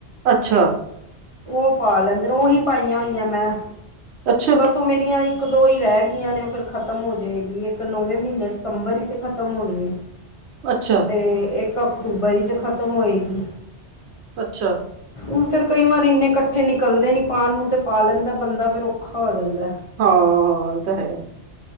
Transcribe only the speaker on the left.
ਉਹ ਪਾ ਲੈਂਦੇ ਨੇ ਉਹੀ ਪਾਈਆਂ ਹੋਈਆਂ ਮੈਂ,
ਬਸ ਉਹ ਮੇਰੀ ਮੇਰੀਆਂ ਇੱਕ- ਦੋ ਈ ਰਹਿ ਗਈਆਂ ਨੇ, ਉਹ ਫਿਰ ਖਤਮ ਹੋ ਜਾਏਗੀ। ਇੱਕ ਨੌਵੇਂ ਮਹੀਨੇ ਸਤੰਬਰ ' ਖਤਮ ਹੋਣੀ ਐ।
ਤੇ ਇੱਕ ਅਕਤੂਬਰ ਹੀ ਚ ਖ਼ਤਮ ਹੋਏਗੀ।
ਹੁਣ ਫੇਰ ਕਈ ਵਾਰ ਇੰਨੇ ਇਕੱਠੇ ਨਿਕਲਦੇ ਨੀ ਪਾਉਣ ਨੂੰ ਤੇ ਪਾ ਲੈਂਦਾ ਬੰਦਾ ਫਿਰ ਔਖਾ ਹੋ ਜਾਂਦਾ